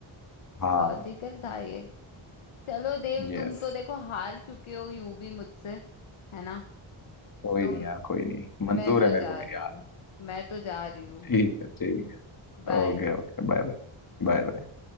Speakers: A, on the left (about 45°); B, on the left (about 85°).
A: हाँ
B: लॉजिकल था ये चलो देव
A: यस
B: तुम तो देखो हार चुके हो यूं भी मुझसे है ना
A: कोई
B: तुम
A: नहीं यार कोई नहीं मंजूर
B: मैं तो
A: है
B: जा
A: मेरे को मेरी
B: रही
A: हार
B: हूँ मैं तो जा रही हूँ
A: ठीक है ठीक है
B: बाय
A: okay okay bye bye Bye bye.